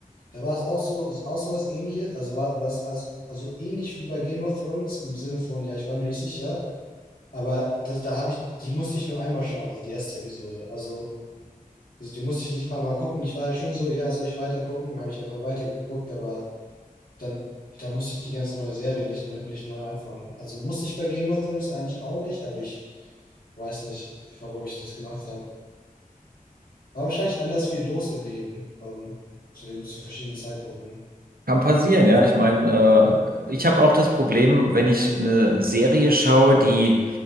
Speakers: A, on the left (about 80°); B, on the right (about 85°).
A: da war es auch so, auch so was Ähnliches, also war, war es also ähnlich wie bei Game of Thrones im Sinne von, ja, ich war mir nicht sicher, aber das, da habe ich, die musste ich nur einmal schauen, also die erste Episode. Also, also die musste ich nicht ein paar Mal gucken. Ich war halt schon so, ja, soll ich weiter gucken? Habe ich einfach weitergeguckt, aber dann, dann musste ich die ganze neue Serie nicht, nicht neu anfangen. Also musste ich bei Game of Thrones eigentlich auch nicht, aber ich weiß nicht, warum ich das gemacht habe. War wahrscheinlich anders viel los im Leben, ähm, zu den, zu verschiedenen Zeitpunkten.
B: Kann passieren, ja. Ich meine, äh, ich habe auch das Problem, wenn ich eine Serie schaue, die